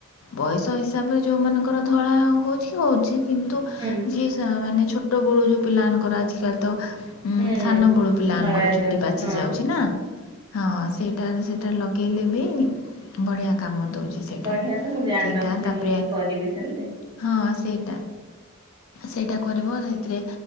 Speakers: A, on the left (about 65°); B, on the right (about 20°).
A: ବୟସ ହିସାବରେ ଯୋଉମାନଙ୍କର ଧଳା ହଉଛି ହଉଛି କିନ୍ତୁ
B: ହୁଁ।
A: ଯ ମାନେ ଛୋଟ ବଳୁ ଯୋଉ ପିଲାମାନଙ୍କର ଆଜିକାଲି ତ ଉଁ
B: ହୁଁ
A: ସାନ ବଡ ପିଲା ମାନଙ୍କର
B: ଧଳା ହେଇଯାଉଛି
A: ଚୁଟି ପାଚି
B: ହଁ
A: ଯାଉଛି ନା ହଁ ସେଇଟାରେ ସେ ସେଟା ଲଗାଇଲେ ବି ବଢ଼ିଆ କାମ ଦେଉଛି। ସେଇଟା
B: ବଢିଆ ତ ମୁଁ ଜାଣିନଥିଲି
A: ସେଇଟା ତା'ପରେ
B: ମୁଁ ବି କରିବି ସେମତି।
A: ହଁ ସେଇଟା ସେଇଟା କରିବ ସେଥିରେ